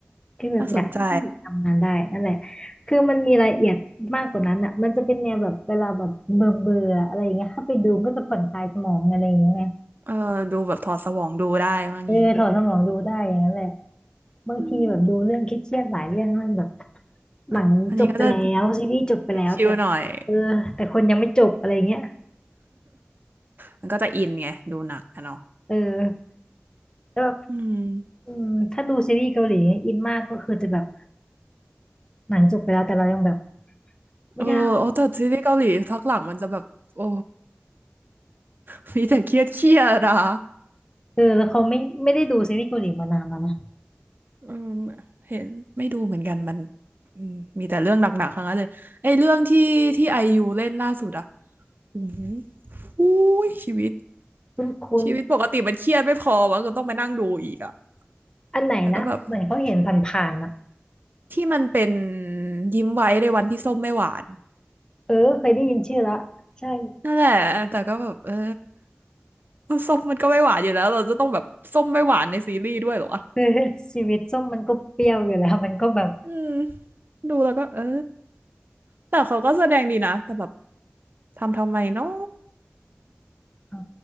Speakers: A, on the left (about 20°); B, on the right (about 55°).
A: คือแบบอยากให้ผู้หญิงทำงานได้นั่นแหละ
B: น่าสนใจ
A: คือมันมีรายละเอียดมากกว่านั้นอ่ะมันจะเป็นแนวแบบเวลาแบบเบื่อเบื่ออะไรอย่างเงี้ยเข้าไปดูก็จะผ่อนคลายสมองอะไรอย่างเงี้ยไง
B: เออดูแบบถอดสมองดูได้ว่างี้
A: เออถอดสมองดูได้อย่างนั้นแหละ บางทีแบบดูเรื่องเครียดๆหลายเรื่องมันแบบ
B: อืมอ่ะอันนี้ก็จะ
A: หนังจบไปแล้วซีรีส์จบไปแล้วแต่
B: ชิวๆหน่อย
A: เออแต่คนยังไม่จบอะไรเงี้ย
B: มันก็จะอินไงดูหนักอะเนาะ
A: เออแล้วแบบ
B: อืม
A: อืมถ้าดูซีรีส์เกาหลีอินมากก็คือจะแบบหนังจบไปแล้วแต่เรายังแบบไม่ได้
B: เออโอ้แต่ซีรีส์เกาหลีทักหลังมันจะแบบโอ้ <laughs> มีแต่เครียดเครียดอะ
A: เออแล้วเขาไม่ไม่ได้ดูซีรีส์เกาหลีมานานแล้วนะ
B: เออเห็นไม่ดูเหมือนกันมันอืมมีแต่เรื่องหนักๆทั้งนั้นเลยไอ้เรื่องที่ที่ไอยูเล่นล่าสุดอะอู้หูอุ้ยชีวิต
A: คุณคุณ
B: ชีวิตปกติมันเครียดไม่พอวะก็ต้องไปนั่งดูอีกอะ
A: อันไหนนะเหมือนเขาเห็นผ่านๆอ่ะ
B: แต่ก็แบบที่มันเป็นยิ้มไว้ในวันที่ส้มไม่หวาน
A: เออเคยได้ยินชื่อแล้วใช่ <laughs>
B: นั่นแหละแต่ก็แบบเออ <laughs> ส้มมันก็ไม่หวานอยู่แล้วเราจะต้องแบบส้มไม่หวานในซีรีส์ด้วยเหรอวะ
A: คือชีวิตส้มมันก็เปรี้ยวอยู่แล้วมันก็แบบ
B: อืมดูแล้วก็เออแต่เขาก็แสดงดีนะแต่แบบทำทำไมเนาะ
A: อ๋อ